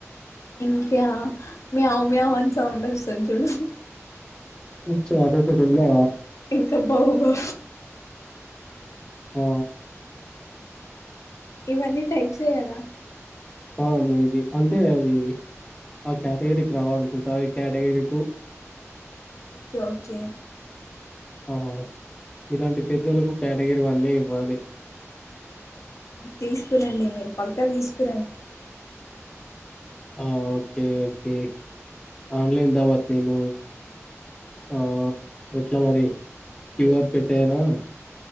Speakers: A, on the left; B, on the left.
A: ఇంకా మియావ్ మియావ్ అని సౌండ్ వస్తది చూడు
B: ఓ చ అది ఒకటి ఉందా
A: ఇంకా బౌ బౌ
B: ఆ
A: ఇవన్నీ టైప్స్ ఎ కదా
B: ఆ మే బి అంటే అవి ఆ కటగిరీ రావాలనుకుంటా అవి కటగిరీ టూ
A: ఓకే ఓకే
B: అవు ఇలాంటి పెద్దలకు కటగిరీ వన్ ఎ ఇవ్వాలి
A: తీసుకురండి మీరు పక్క తీసుకు
B: ఆ ఓకే ఓకే ఆన్లైన్ ధావత్ నేను ఆ ఎట్లా మరి క్యూఆర్ పెటేయనా